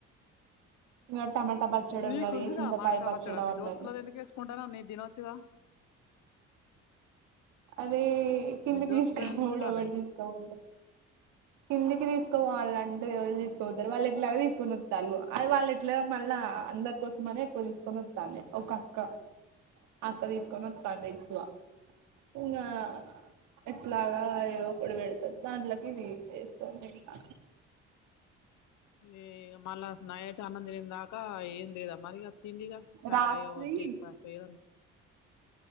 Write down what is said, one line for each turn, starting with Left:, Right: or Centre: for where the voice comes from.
Right: ఇంగ టమాటా పచ్చడి
Left: నీకుందిగా
Right: ఉన్నది చింతకాయ
Left: మాడికాయ పచ్చడి మీ
Right: ఉన్నది
Left: దోస్తులది ఎందుకు ఏసుకుంటాన్నవ్ నీది తినొచ్చుదా
Right: అదే కిందికి
Left: మీ దోస్తులది
Right: తీసుకోడబడి
Left: ఎందుకు తినాలే
Right: తీసుకోవద్దు కిందికి తీసుకో పోవాలంటే ఎవళ్ళు తీసుకుపోతారు వాళ్ళు ఎట్లాగో తీసుకొని వత్తళ్ళు అది వాళ్ళ ఎట్లా మళ్ళా అందరి కోసం అనే ఎక్కువ తీసుకొని వత్తంది ఒక అక్క ఆ అక్క తీసుకొని వత్తాంది ఎక్కువ ఇంగా ఎట్లాగా ఏదో ఒకటి పెడతారు దాంట్లోకి ఇది ఎసుకొని తింట
Left: ఎ మళ్ళా నైట్ అన్నం తినేదాకా ఏం లేదా మరి ఇగ తిందిగా చాయో
Right: రాత్రి
Left: బ్రేక్ఫాస్ట్ ఏదనా